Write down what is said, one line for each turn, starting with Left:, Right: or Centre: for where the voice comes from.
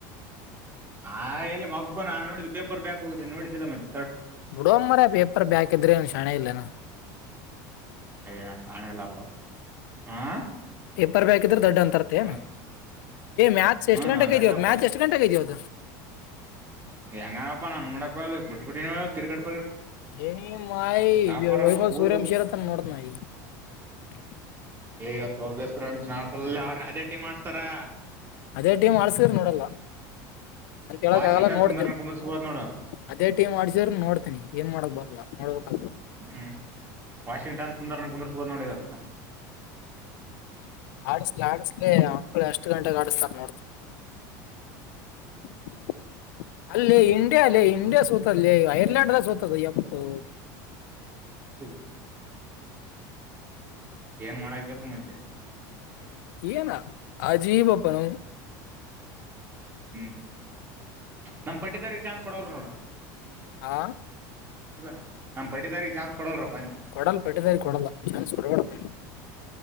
Right: ಆ ಎಲ್ಲಿ ಮಬ್ಬು ನಾ ನೋಡಿದ್ದು ಪೇಪರ್ ಬ್ಯಾಕ್ ಹೋಗಿದೇನ್ ನೋಡಿದ್ದಿಲ್ಲ ಮತ್
Left: ಬಿಡೋಮರ ಪೇಪರ್ ಬ್ಯಾಕ್ ಇದ್ರೆನು ಶಾಣೆ ಇಲ್ಲೇನು.
Right: ಏ ಶಾಣ ಇಲ್ಲಪ ಹಾ
Left: ಪರ್ಬಾಕಿದ್ರೆ ದೊಡ್ ಅಂತರ್ತಿಯೆನ್
Right: ಹ್ಮ್
Left: ಮ್ಯಾಚ್ ಎಷ್ಟ್ ಗಂಟೆಗೆ
Right: ನಾನ್ ದಡ್ಡಪ್ಪ
Left: ಇದ್ಯದು ಮ್ಯಾಚ್ ಎಷ್ಟ್ ಗಂಟೆಗೆ ಇದ್ಯೋ ಅದು.
Right: ಹೆಂಗನಪ್ಪ ನಾನನ್ ಮಾಡಡಕ ಅ ಬಿಟ್ಬ ಬಿಟ್ಟ ಕಿರ್ಟ್.
Left: ಇನ ಮಾಯಿಓಯಬಾವ್
Right: ಟಾಪರ್ ಆಗ್ಬೇಕು ಓದ
Left: ಸೂರ್ಯವಂಶಿ ತನ ನೋಡ್ತಾಯ. ಹ <unintelligible>
Right: ಈಗತ್ತು ಹೋಗಿಸತ್ರಂಡ್ಸ್ ನಾಡ್ಸಲಲ್ಲಿ ಅವ್ರರು ಅದೇ ಟಿ ಮಾಡ್ಸ್ತಾರಾ.
Left: ಅದೇ ಟೀಮ್ ಆರ್ಸಿದ್ರ ನೋಡಲ್ಲ. ಅಂತ ಹೇಳಕ್
Right: ವಾಷಿಂಗ್ಟನ್
Left: ಆಗಲ್ಲ ನೋಡ್ತನಿ
Right: ಸುಂದರ್ನ ಕುಂದರ್ಸ್ಬೋದ್ ನೋಡು
Left: ಅದೇ ಟೀಮ್ ಆಡ್ಸಿದ್ರ ನೋಡ್ತನಿ ಏನ್ ಮಾಡಕ್ ಬಾರ. ನೋಬೇಕ.
Right: ಹ್ಮ್ ವಾಷಿಂಗ್ಟನ್ ಸುಂದರನ ಕುಂದರ್ಸಬದು ನೋಡಿದತ್ತ.
Left: ಆಡಿಸ್ಲಿ ಆಡಿಸ್ಲಿ ಮಕ್ಕಳು ಎಷ್ಟ್ ಗಂಟೆಗೆ ಆಡಿಸತಾರ ನೋಡ. <unintelligible> ಅಲ್ಲಿ ಇಂಡಿಯ ಅಲ್ಲಿ ಇಂಡಿಯಾ ಸೋತಲ್ಲಿ ಐರ್ಲೆಯಂಡ್ಲ್ಲ ಸೋತದ ಎಪ್ಪು.
Right: <unintelligible> ಏನ್ ಮಾಡಕಲ್ ಮತ್ತೆ.
Left: ಏನಾ ಅಜೀವಪ್ಪನ.
Right: ಹ್ಮ್ ನಮ್ ಪಟ್ಟಿದಾರಿಗೆ ಚಾನ್ಸ್ ಕೊಡವಲ್ ನೋಡ.
Left: ಹಾ.
Right: ಇಲ್ಲ ನಮ್ ಪಟ್ಟಿದಾರ ಚಾನ್ಸ್ ಕೊಡ್ಲರೋ.
Left: ಕೊಡಲ್ಲ ಪಟ್ಟದರಿ ಕೊಡಲ್ಲ ಚಾನ್ಸ್ ಕೊಡಬಡರಿ.